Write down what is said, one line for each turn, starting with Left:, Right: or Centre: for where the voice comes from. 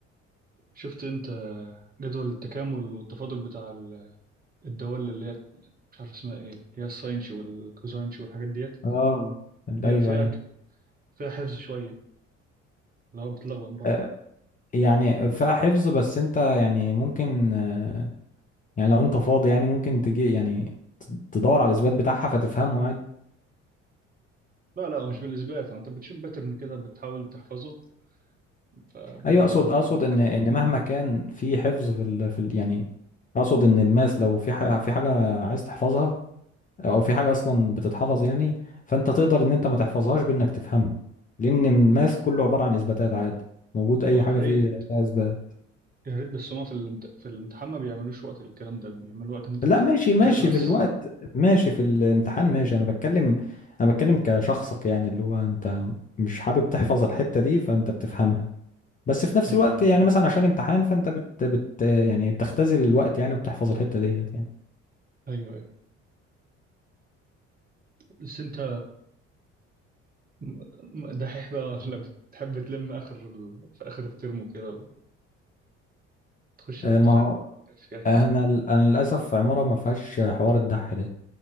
Right: شفت انت جدول التكامل والتفاضل بتاع ال- الدوال اللي هي مش عارف اسمها ايه اللي هي الساينش والكوزاينش والحاجات ديت
Left: اه
Right: بيبقى
Left: ايوه
Right: فيها
Left: ايوه
Right: ك- فيها حفظ شوية اللي هو بتلخبط برضه
Left: آه، يعني فيها حفظ بس انت يعني ممكن آه، يعني لو انت فاضي يعني ممكن تجي يعني ت- تدور على الاثبات بتاعها فتفهمه عادي
Right: لا لا هو مش بالإثبات انت بتشوف باترن كده بتحاول تحفظه فبيجي
Left: ايوه اقصد
Right: معاك بقى
Left: اقصد
Right: في الامتحان
Left: ان ان مهما كان في حفظ في ال... في ال... يعني اقصد ان الماس لو في ح... في حاجه عايز تحفظها او في حاجه اصلا بتتحفظ يعني فانت تقدر ان انت ما تحفظهاش بانك تفهمها لان الماث كله عباره عن اثباتات عادي موجود اي
Right: ما هو
Left: حاجه
Right: يا ريت
Left: فيه فيها اثبات
Right: يا ريت بس هما في الامت... في الامتحان ما بيعملوش وقت للكلام ده بيعملوا وقت ان انت
Left: لا ماشي ماشي
Right: تحل بس
Left: في الوقت ماشي في الامتحان ماشي انا بتكلم انا بتكلم كشخصك يعني اللي هو انت مش حابب تحفظ الحته دي فانت بتفهمها بس في نفس
Right: ايوه
Left: الوقت
Right: ايوه
Left: يعني
Right: فاهم.
Left: مثلا عشان الامتحان فانت بت, بت يعني بتختزل الوقت يعني وبتحفظ الحته ديت يعني
Right: ايوه ايوه بس انت م- م- دحيح بقى ولا بتحب تلم اخر ال... في اخر الترم كده وتخش
Left: آه،
Right: الامتحان
Left: ما هو
Right: مش جاهز
Left: انا انا للاسف عماره ما فيهاش حوار الدح ده